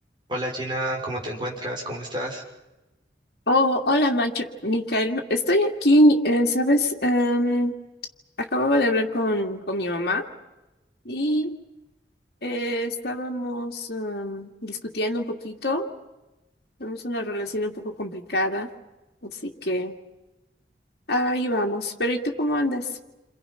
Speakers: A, on the right; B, on the left.
A: Hola Gina, ¿cómo te encuentras? ¿Cómo estás?
B: Oh, hola, Macho, Micael. Estoy aquí, eh, ¿sabes? Em, acababa de hablar con, con mi mamá y eh, estábamos em, discutiendo un poquito. Tenemos una relación un poco complicada, así que ahí vamos. Pero ¿y tú cómo andas?